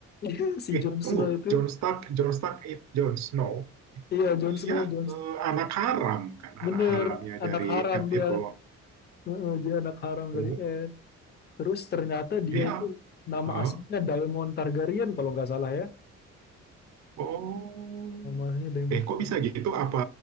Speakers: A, on the left; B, on the right.
A: itu eh, <laughs> si
B: eh
A: Jon Snow
B: tunggu
A: itu,
B: Jon Stark Jon Stark eh, Jon Snow itu
A: iya
B: kan
A: Jon
B: dia
A: Snow, Jon
B: eh, anak haram kan
A: bener
B: anak haramnya dari
A: anak haram
B: Ed
A: dia,
B: itu
A: Eh, dia anak haram
B: oh
A: dari Ed. Terus ternyata dia
B: iya
A: itu nama
B: Eh, ah,
A: aslinya
B: ah.
A: Daemon Targaryen kalau nggak salah ya.
B: Oh,
A: Nama aslinya Daemon
B: eh
A: Targaryen.
B: kok bisa gitu? Apa